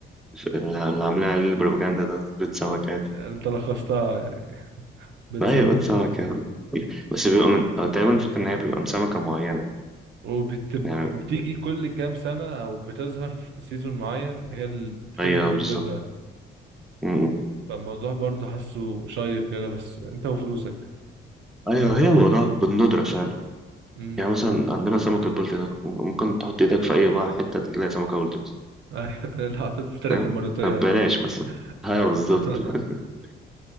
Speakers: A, in the centre; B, on the right (about 65°).
A: اللي عامل- عاملين عليه البروباجندا ده بيض سمكة
B: <laughs>
A: دي
B: يعني انت لخصتها يعني بتسبب
A: أيوة بيض سمكة يعني، بس بيبقى من أو تقريبا الفكرة إن هي بيبقى من سمكة معينة
B: وبتيجي
A: يعني
B: كل كام سنة او بتظهر في سيزون معين هي اللي بتنتج
A: أيوة بالظبط
B: البيض ده
A: م- م.
B: فالموضوع برضه حاسه شيق كده بس انت وفلوسك
A: أيوة هي الموضوع بالندرة فعلا
B: امم
A: يعني مثلا عندنا سمكة بلطي ده ممكن تحط إيدك في أي بقى حتة تلاقي سمكة بلطي مثلا
B: <laughs> اللي حطيت في طلعت
A: فاهم
B: المرتية
A: فبلاش
B: هتلاقي
A: مثلا أيوة
B: هتلاقي
A: بالظبط <laughs>
B: <laughs>